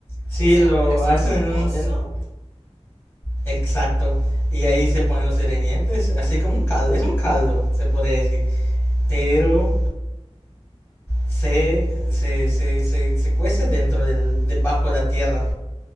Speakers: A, on the left; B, on the right.
A: Sí,
B: O sea,
A: lo
B: hacen
A: hacen
B: un
A: en
B: pozo
A: un... en- Exacto. Y ahí se ponen los ingredientes, así como un caldo. Es un caldo, se podría decir. Pero se, se, se, se, se cuece dentro del, debajo de la tierra.